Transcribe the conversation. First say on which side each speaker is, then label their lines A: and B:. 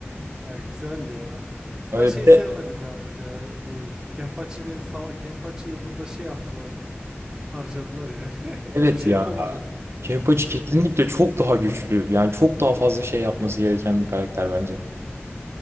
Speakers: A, on the right; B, on the right.
A: Ya güzeldi ya.
B: Öyle
A: Ben şey
B: bir
A: sevmedim
B: de
A: yalnız ya. Bu Kempachi'nin sava Kempachi'yi burada şey yaptılar. Harcadılar ya. <laughs>
B: evet
A: Hiçbir şey
B: ya.
A: yapamadı.
B: Kenpachi kesinlikle çok daha güçlü. Yani çok daha fazla şey yapması gereken bir karakter bence.